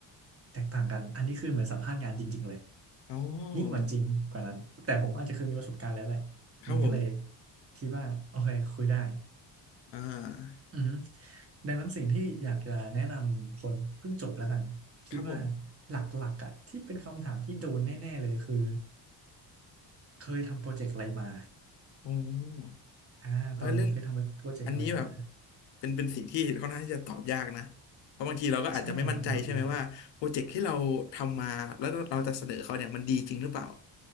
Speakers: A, on the right (about 30°); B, on the left (about 75°).
A: แตกต่างกันอันนี้คือเหมือนสัมภาษณ์งานจริงๆเลย
B: อ๋อ
A: ยิ่งกว่าจริงกว่านั้นแต่ผมอาจจะเคยมีประสบการณ์แล้วแหละ
B: ครับผม
A: มันก็เลยคิดว่าโอเคคุยได้
B: อ่า
A: อือฮึดังนั้นสิ่งที่อยากจะแนะนำคนเพิ่งจบแล้วกันคิดว่า
B: ครับผม
A: หลักๆอ่ะที่เป็นคำถามที่โดนแน่ๆเลยคือเคยทำโปรเจกต์อะไรมา
B: โอ้
A: อ่าตอนเรียนเคยทำโปรเจกต์อะไรมา
B: เออเรื่องอันนี้แบบเป็นเป็นสิ่งที่ค่อนข้างที่จะตอบยากนะเพราะบางทีเราก็อาจจะไม่มั่นใจใช่ไหมว่า
A: ใช่มันตอบยาก
B: โปรเจกต์ที่เราทำมาแล้วเราจะเสนอเขาเนี่ยมันดีจริงหรือเปล่า